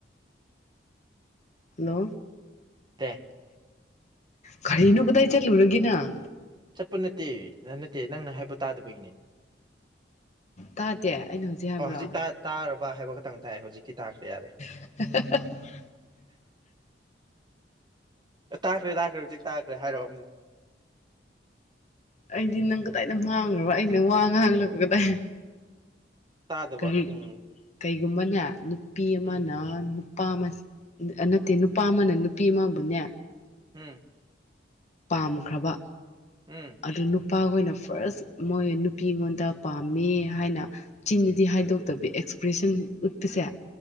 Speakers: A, on the left; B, on the right.
A: ꯍꯜꯂꯣ
B: ꯑꯦ
A: ꯈꯔꯤꯅꯣ ꯀꯗꯥꯏ ꯆꯠꯂꯨꯔꯒꯦ ꯅꯪ
B: ꯆꯠꯄ ꯅꯠꯇꯦ ꯅꯠꯇꯦ ꯅꯪꯅ ꯍꯥꯏꯕ ꯇꯥꯗꯕꯒꯤꯅꯦ
A: ꯇꯥꯗꯦ ꯑꯩꯅ ꯍꯥꯏꯕ꯭ꯔꯣ
B: ꯑ ꯍꯧꯖꯤꯛ ꯇꯥꯔꯕ ꯍꯥꯏꯕ ꯈꯛꯇꯪ ꯇꯥꯏ ꯍꯧꯖꯤꯛꯇꯤ ꯇꯥꯈ꯭ꯔꯦ ꯌꯥꯔꯦ
A: <inaudible>
B: ꯇꯥꯛꯈ꯭ꯔꯦ ꯇꯥꯛꯈ꯭ꯔꯦ ꯍꯧꯖꯤꯛ ꯇꯥꯛꯈ꯭ꯔꯦ ꯍꯥꯏꯔꯣꯑꯣ ꯎꯝ
A: ꯑꯩꯗꯤ ꯅꯪ ꯀꯗꯥꯏꯗ ꯃꯥꯡꯈ꯭ꯔꯕ ꯑꯩꯅ ꯋꯥ ꯉꯥꯡꯂꯒ ꯀꯗꯥꯏ
B: ꯇꯥꯗꯨꯕ
A: ꯀꯔꯤ
B: ꯎꯝ
A: ꯀꯩꯒꯨꯝꯕꯅꯦ ꯅꯨꯄꯤ ꯑꯃꯅ
B: ꯎꯝ
A: ꯅꯨꯄꯥ ꯑꯃ ꯅꯠꯇꯦ ꯅꯨꯄꯥ ꯑꯃꯅ ꯅꯨꯄꯤ ꯑꯃꯕꯨꯅꯦ
B: ꯎꯝ
A: ꯄꯥꯝꯈ꯭ꯔꯕ
B: ꯎꯝ
A: ꯑꯗꯨ ꯅꯨꯄꯥ ꯈꯣꯏꯅ ꯐꯥꯔꯁ ꯃꯣꯏ ꯅꯨꯄꯤꯉꯣꯟꯗ ꯄꯥꯝꯃꯦ ꯍꯥꯏꯅ ꯆꯤꯟꯗꯗꯤ ꯍꯥꯏꯗꯣꯛꯇꯕꯤ ꯑꯦꯛꯁꯄ꯭ꯔꯦꯁꯟ ꯎꯠꯄꯁꯦ